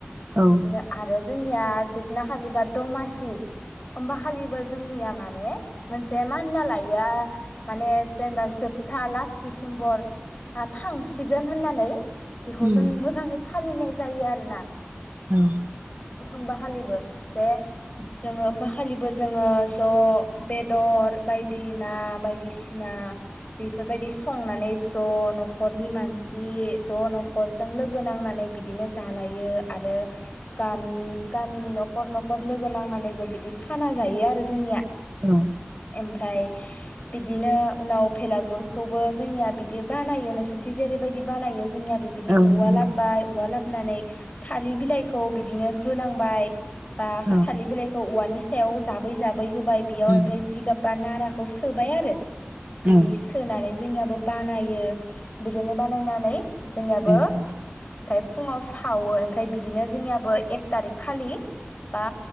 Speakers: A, on the right; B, on the left.
A: औ
B: बिदिनो आरो जो जोंनिया जिथना खालि बा दमासि होमबा खालिबो जोंनिया माने मोनसे मा होनना लायो माने जेनेबा जोबथा लास दिसेम्बर हा थांसिगोन होननानै बेखौ
A: उम
B: जों मोजाङै फालिनाय जायो आरो ना।
A: औ।
B: होमबा खालिबो जे जोङो होमबा खालिबो जोङो ज' बेदर बायदि ना बायदिसिना बेफोरबायदि संनानै ज' न'खरनि मानसि ज' न'खरजों लोगो नांनानै बिदिनो जालायो आरो गामि गामिनि न'खर न'खर लोगो नांनानैबो बिदि खाना जायो आरो जोंनिया।
A: औ
B: एमफ्राय बिदिनो उनाव भेलागुरखौबो जोंनिया बिदि बानायो नोंसोरनिथिं जेरैबायदि बानायो जोंनियाबो बिदि
A: औ
B: उवा
A: नंगौ
B: लाबोबाय औवा लाबोनानै थालिर बिलाइखौ बिदिनो होलांबाय बा
A: औ
B: थालिर बिलाइखौ औवानि सायाव जाबै जाबै होबाय बेयाव
A: उम
B: ओमफ्राय जिगाब बा नाराखौ सोबाय आरो बिदि
A: औ
B: सोनानै जोंनियाबो बानायो बिदिनो बानायनानै जोंनियाबो
A: औ
B: ओमफ्राय
A: नोंथां
B: फुङाव सावो ओमफ्राय बिदिनो जोंनियाबो एक थारिख खालि बा